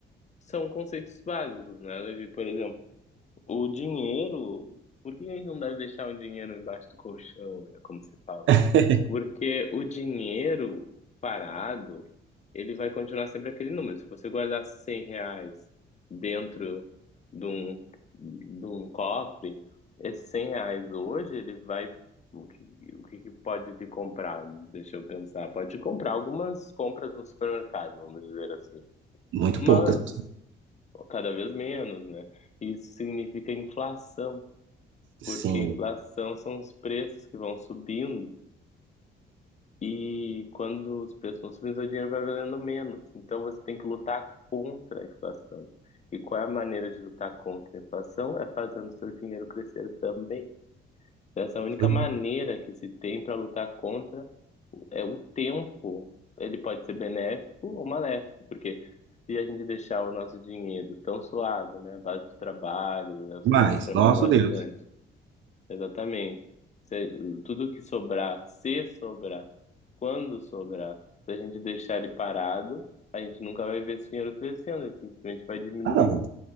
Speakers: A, on the left; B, on the right.
A: são conceitos básicos, né, Levi? Por exemplo, o dinheiro, por que a gente não deve deixar o dinheiro embaixo do colchão, né, como se fala?
B: <laughs>
A: Porque o dinheiro parado, ele vai continuar sempre aquele número. Se você guardar 100 reais dentro de um, de um cofre, esses 100 reais hoje, ele vai. O que, o que que pode te comprar? Deixa eu pensar. Pode te comprar algumas compras no supermercado, vamos dizer assim.
B: Muito
A: Mas,
B: poucas.
A: cada vez menos, né? Isso significa inflação,
B: Sim,
A: porque inflação são os preços que vão subindo. E quando os preços vão subindo, seu dinheiro vai valendo menos. Então você tem que lutar contra a inflação. E qual é a maneira de lutar contra a inflação? É fazendo seu dinheiro crescer também. Então, Essa é a única
B: foi
A: maneira que se tem para lutar contra é o tempo. Ele pode ser benéfico ou maléfico, porque se a gente deixar o nosso dinheiro tão suado, né, à base de trabalho, eu
B: demais.
A: sei que você trabalha
B: Nosso
A: bastante,
B: Deus.
A: Exatamente. Se- tudo que sobrar, se sobrar, quando sobrar, se a gente deixar ele parado, a gente nunca vai ver esse dinheiro crescendo, ele simplesmente vai diminuir.
B: Ah, não,